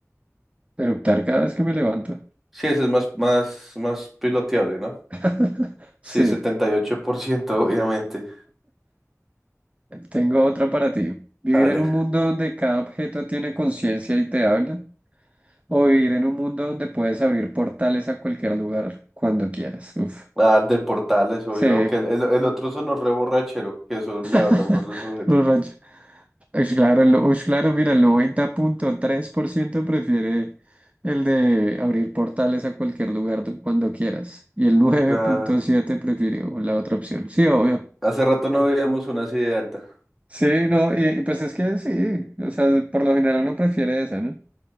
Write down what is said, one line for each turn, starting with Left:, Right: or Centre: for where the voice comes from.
Right: Eruptar cada vez que me levanto.
Centre: Sí, ese es más, más, más piloteable, ¿no?
Right: <laughs> Sí.
Centre: Sí, 78%, <laughs> obviamente.
Right: Tengo otra para ti. ¿Vivir
Centre: Dale.
Right: en un mundo donde cada objeto tiene conciencia y te habla? ¿O vivir en un mundo donde puedes abrir portales a cualquier lugar cuando quieras? Uf.
Centre: Ah, el del portal, eso
Right: Sí,
Centre: obvio, aunque el, el, el otro sonó re borrachero, que eso le habla
Right: <laughs>
Centre: a uno de los objetos.
Right: Los rayos, Ush, claro, lo- ush, claro, mira, el noventa punto tres por ciento prefiere el de abrir portales a cualquier lugar do- cuando quieras. Y el nueve
Centre: Claro.
Right: punto siete prefirió la otra opción. Sí, obvio.
Centre: Hace rato no veíamos una así de alta.
Right: Sí, no, y y pues es que sí, o sea, por lo general uno prefiere esa, ¿no?